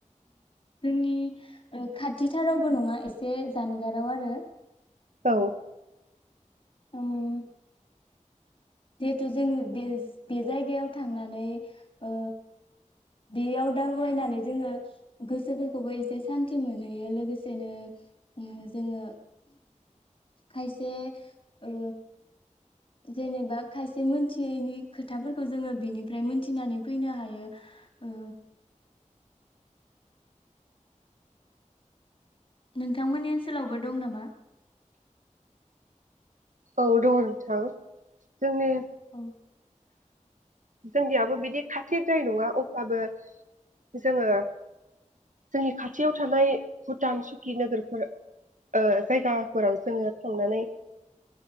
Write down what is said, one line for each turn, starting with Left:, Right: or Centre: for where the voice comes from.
Left: जोंनि खाथिथारावबो नङा एसे जानगाराव आरो।
Right: औ
Left: ओम जेहेथु जोङो बे बे जायगायाव थांनानै ओ बेयाव दावबायनानै जोङो गोसोफोरखौबो एसे सान्थि मोनहैयो लोगोसेनो उम ओ जोङो खायसे ओ जेनेबा खायसे मोनथियैनि खोथाफोरखौ जोङो बिनिफ्राय मोनथिनानै फैनो हायो ओ नोंथांमोननि ओनसोलावबो दं नामा?
Right: औ दङ नोंथां जोंनि
Left: औ
Right: जोंनियाबो बिदि खाथिद्राय नङा अब्लाबो जोङो जोंनि खाथियाव थानाय भुटान सुकि नोगोरफोर ओह जायगाफोराव जोङो थांनानै